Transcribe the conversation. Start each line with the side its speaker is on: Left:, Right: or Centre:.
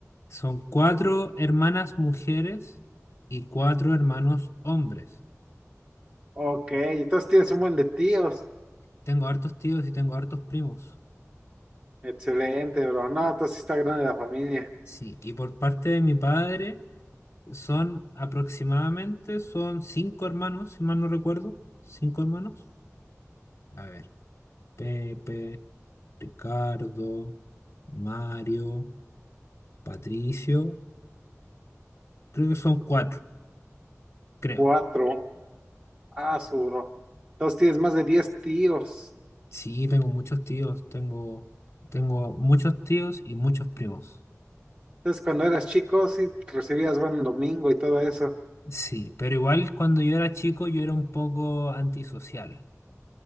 Left: Son cuatro hermanas mujeres y cuatro hermanos hombres.
Right: Ok, entonces tienes un buen de tíos.
Left: Tengo hartos tíos y tengo hartos primos.
Right: Excelente, bro. No, entonces sí está grande la familia.
Left: Sí, y por parte de mi padre son aproximadamente, son cinco hermanos, si mal no recuerdo. Cinco hermanos. A ver. Pepe. Ricardo, Mario, Patricio. Creo que son cuatro, creo.
Right: Cuatro. Ah, su bro. Entonces tienes más de diez tíos.
Left: Sí, tengo muchos tíos, tengo, tengo muchos tíos y muchos primos.
Right: Entonces cuando eras chico, sí recibías buen domingo y todo eso.
Left: Sí, pero igual cuando yo era chico yo era un poco antisocial.